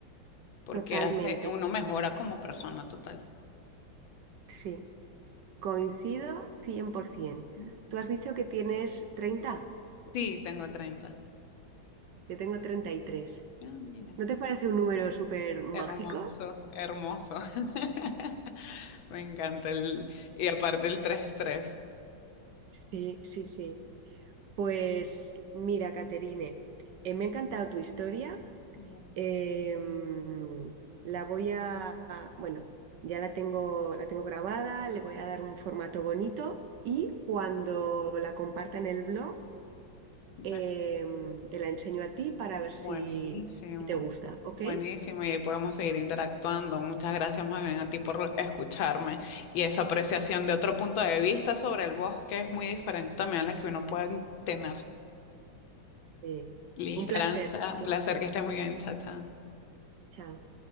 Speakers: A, on the left; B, on the right.
A: porque
B: Totalmente,
A: hace, uno mejora como persona total.
B: sí, coincido 100%.
A: <laughs>
B: Tú has dicho que tienes treinta
A: Sí, tengo 30.
B: yo tengo treinta y tres
A: Ah, mira.
B: ¿No te parece un número súper mágico?
A: Hermoso, hermoso. <laughs> Me encanta el... Y aparte el 3-3.
B: Sí, sí, sí. Pues mira, Caterine, eh, me ha encantado tu historia.
A: Buenísimo.
B: Em, la voy a, a- bueno, ya la tengo, la tengo grabada, le voy a dar un formato bonito y cuando la comparta en el blog, Em,
A: Me-
B: te la enseño a ti para ver si,
A: Buenísimo.
B: si te gusta, ¿ok?
A: Buenísimo, y ahí podemos seguir interactuando. Muchas gracias más bien a ti por escucharme y esa apreciación de otro punto de vista sobre el bosque es muy diferente también a la que uno puede tener.
B: Sí.
A: Listo,
B: Un placer,
A: Aranza,
B: un
A: un
B: placer.
A: placer que estés muy bien, chacha.
B: Chao.